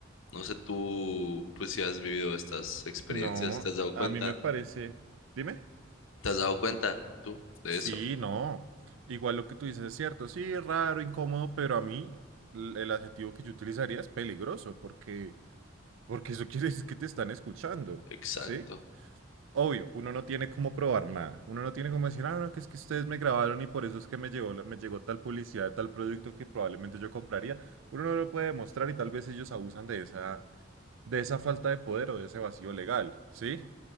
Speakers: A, on the left (about 75°); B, on the right (about 80°).
A: No sé tú, pues si has vivido estas experiencias,
B: No,
A: ¿te has dado
B: a
A: cuenta?
B: mí me parece... Dime.
A: ¿Te has dado cuenta tú de
B: Sí,
A: eso?
B: no. Igual lo que tú dices es cierto. Sí, raro, incómodo, pero a mí l- el adjetivo que yo utilizaría es peligroso, porque, porque eso <laughs> quiere decir que te están escuchando,
A: Exacto.
B: ¿sí? Obvio, uno no tiene cómo probar nada. Uno no tiene cómo decir, ah, no, que es que ustedes me grabaron y por eso es que me llegó, la- me llegó tal publicidad de tal producto que probablemente yo compraría. Uno no lo puede demostrar y tal vez ellos abusan de esa, de esa falta de poder o de ese vacío legal, ¿sí?